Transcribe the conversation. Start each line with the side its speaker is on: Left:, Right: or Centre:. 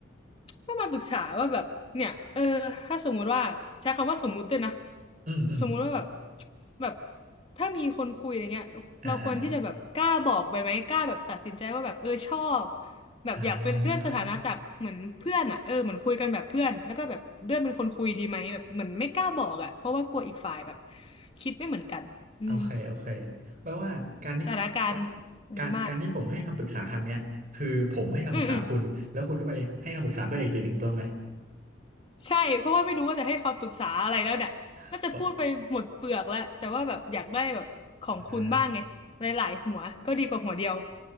Left: ก็มาปรึกษาว่าแบบเนี่ยเออถ้าสมมุติว่าใช้คำว่าสมมุติด้วยนะ
Right: อืมอืม
Left: สมมุติว่าแบบแบบถ้ามีคนคุยอย่างเงี้ยเราควรที่จะแบบกล้าบอกไปไหมกล้าแบบตัดสินใจว่าแบบเออชอบ
Right: อ่าอ่าอ่า
Left: แบบอยากเป็นเลื่อนสถานะจากเหมือนเพื่อนอ่ะเออเหมือนคุยกันแบบเพื่อนแล้วก็แบบเลื่อนเป็นคนคุยดีไหมแบบเหมือนไม่กล้าบอกอ่ะเพราะว่ากลัวอีกฝ่ายแบบ
Right: อ่า
Left: คิดไม่เหมือนกันอืม
Right: โอเคโอเคแปลว่าการที่ก
Left: สถานการณ์อันนี้มาก
Right: การการที่ผมให้คำปรึกษาครั้งเนี้ยคือผมให้คำปรึกษาคุณแล้วคุณก็ไปให้คำปรึกษาเพื่อนอีกทีหนึ่งตรงไหม
Left: อืมอืม ใช่เพราะว่าไม่รู้ว่าจะให้คำปรึกษาอะไรแล้วเนี่ยน่าจะพูดไปหมดเปลือกแล้วแต่ว่าแบบอยากได้แบบของคุณบ้างไงหลายๆหัวก็ดีกว่าหัวเดียว
Right: <laughs> อ่า